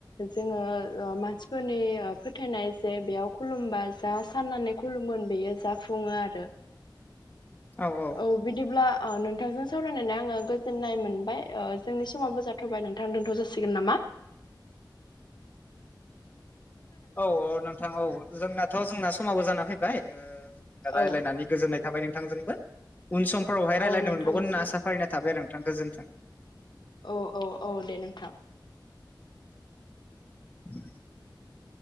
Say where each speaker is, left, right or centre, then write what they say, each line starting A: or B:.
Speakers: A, on the left; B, on the left.
A: जोङो मानसिफोरनि फोथायनाय जे बेयाव खुलुमबा जा साननानै खुलुमोन बेयो जाफुङो आरो
B: औ औ
A: औ बिदिब्ला नोंथांजों सावरायनानै आङो गोजोननाय मोनबाय जोंनि समाबो जाथ'बाय नोंथां दोन्थ' जासिगोन नामा
B: औ औ नोंथां औ जोंनाथ जोंना समाबो जाना फैबाय रायलायनानै
A: औ
B: गोजोननाय थाबाय नोंथांजोंबो उन समफोरावहाय रायज्लायनो
A: औ नोंथांनिसिमबो
B: मोनबावगोन होनना आसा फारिनाय थाबाय आरो नोंथां गोज्थों
A: औ औ औ दे नोंथां
B: <inaudible>